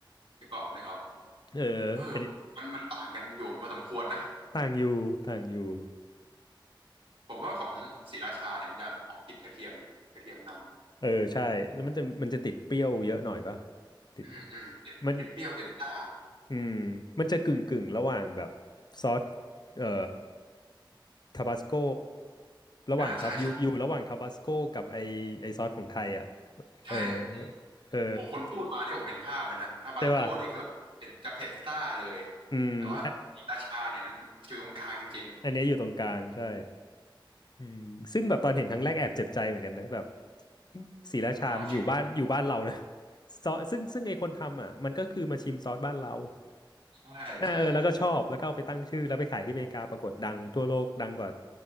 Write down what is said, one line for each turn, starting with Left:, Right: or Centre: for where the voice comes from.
Right: นึกออกนึกออก
Left: เออ
Right: เออ
Left: อันนี้
Right: มันมันต่างกันอยู่พอสมควรนะ
Left: ต่างอยู่ต่างอยู่
Right: ผมว่าของศรีราชาเนี่ยมันจะหอมกลิ่นกระเทียมกระเทียมน
Left: เออใช่แล้วมันจะมันจะติดเปรี้ยวเยอะหน่อยปะ
Right: ำอืมอืม
Left: ติดมัน
Right: ติดเปรี้ยวติดซ่า
Left: อืมมันจะกึ่งกึ่งระหว่างแบบซอสเอ่อทาบาสโกระหว่างทับอยู่อยู่ระหว่างทาบาสโกกับไอไอซอสของไทยอ่ะ
Right: อ่าใช่ใช่ใช่อืม
Left: เออเออ
Right: โอ้คนพูดมาที่ผมเห็นภาพเลยนะทาบาสโก้นี่คือแบบเผ็ดจะเผ็ดซ่าเลย
Left: ใช่ป่ะอืมอะ
Right: แต่ว่าศรีราชาเนี่ยมันอยู่ตรงกลางจริง
Left: อันเนี้ยอยู่ตรงกลางใช่อืมซึ่งแบบตอนเห็นครั้งแรกแอบเจ็บใจเหมือนกันนะแบบศรีราชามันอยู่บ้านอยู่บ้านเรานะ
Right: ๆอ๋อชื่อ
Left: <laughs> ซอสซึ่งซึ่งไอคนทำอ่ะมันก็คือมาชิมซอสบ้านเรา
Right: ใช่ใช่
Left: อ่าเออแล้วก็ชอบแล้วก็เอาไปตั้งชื่อแล้วไปขายที่อเมริกาปรากฏดังทั่วโลกดังกว่า